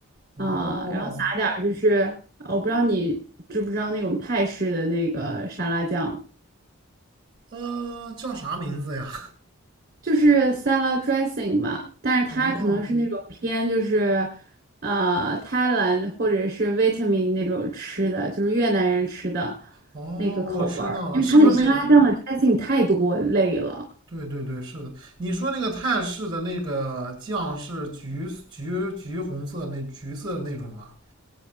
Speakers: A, on the right; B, on the right.
A: 哦，
B: 啊，然后撒点儿就是我不知道你知不知道那种泰式的那个沙拉酱。
A: 呃，叫啥名字呀？
B: 就是 salad dressing 嘛，但是它可能是那种偏就是
A: 哦
B: 呃泰兰或者是 v i e t a m 那种吃的，就是越南人吃的
A: 哦，
B: 那个口味儿，
A: 我知道了，
B: 因为它那沙拉酱的
A: 是不是那
B: dressing 太多类了，
A: 对对对，是的。你说那个泰式的那个酱是橘橘橘红色那橘色的那种吗？